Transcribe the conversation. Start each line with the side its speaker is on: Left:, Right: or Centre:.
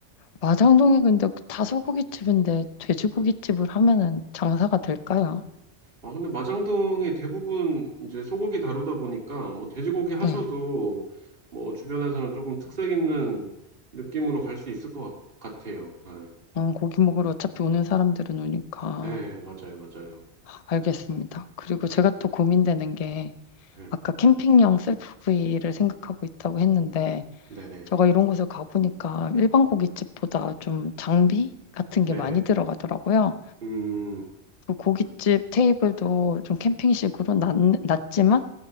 Left: 마장동이 근데 다 소고기집인데 돼지고기집을
Right: 네.
Left: 하면은 장사가 될까요?
Right: 아, 근데 마장동이 대부분 이제 소고기 다루다 보니까 뭐 돼지고기 하셔도
Left: 네.
Right: 뭐 주변에서는 조금 특색 있는 느낌으로 갈 수 있을 것 같- 같아요. 네.
Left: 음, 고기 먹으러 어차피 오는 사람들은 오니까.
Right: 네, 맞아요, 맞아요.
Left: 알겠습니다. 그리고
Right: 네,
Left: 제가 또 고민되는 게
Right: 네,
Left: 아까 캠핑용 셀프구이를 생각하고 있다고 했는데
Right: 네네,
Left: 제가 이런 곳을 가보니까 일반 고깃집보다 좀 장비 같은
Right: 네네,
Left: 게 많이 들어가더라고요.
Right: 음,
Left: 그 고깃집 테이블도 좀 캠핑식으로 낮, 낮지만